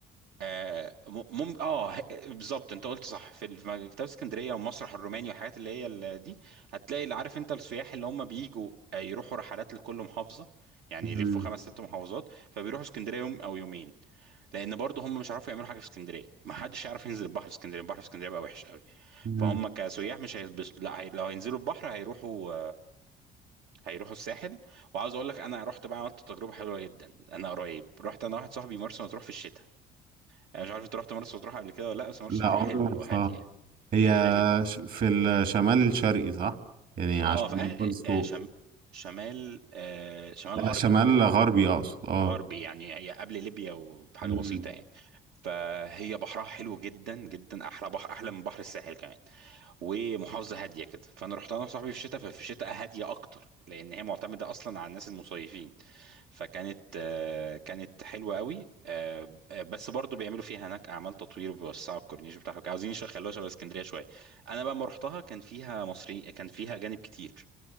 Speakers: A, on the right; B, on the right.
A: آه م- مم اه ه- بالظبط انت قلت صح في ال- في مكتبه اسكندريه والمسرح الروماني والحاجات اللي هي ال- دي هتلاقي اللي عارف انت السياح اللي هم بيجوا آه، يروحوا رحلات لكل محافظه يعني
B: مم.
A: يلفوا خمس ست محافظات فبيروحوا اسكندريه يوم او يومين لان برضه هم مش هيعرفوا يعملوا حاجه في اسكندريه ما حدش يعرف ينزل البحر في اسكندريه البحر في اسكندريه بقى وحش قوي
B: مم.
A: فهم كسياح مش هيتبسطوا لا هي... لو هينزلوا البحر هيروحوا هيروحوا الساحل وعاوز اقول لك انا رحت بقى عملت تجربه حلوه جدا انا قريب رحت انا واحد صاحبي مرسى مطروح في الشتاء انا مش عارف انت رحت مرسى مطروح قبل كده ولا لا بس مرسى
B: لا
A: مطروح
B: عمري
A: حلوه
B: ما رحتها
A: وهاديه
B: هي
A: جميله جدا
B: ش- في الشمال الشرقي صح يعني على
A: اه
B: الشمال
A: في أغ...
B: خالص فوق
A: آه شم... شمال آه شمال
B: آه،
A: غربي
B: شمال غربي اقصد اه
A: غربي يعني هي قبل ليبيا وبحاجه
B: مم.
A: بسيطه يعني فهي بحرها حلو جدا جدا احلى بحر احلى من بحر الساحل كمان ومحافظه هاديه كده فانا رحت انا وصاحبي في الشتاء ففي الشتاء هاديه اكتر لان هي معتمده اصلا على الناس المصيفين فكانت آه، كانت حلوه قوي آه، بس برضو بيعملوا فيها هناك اعمال تطوير وبيوسعوا الكورنيش بتاعهم عاوزين يخلوها شبه اسكندريه شويه انا بقى لما رحتها كان فيها مصريين كان فيها اجانب كتير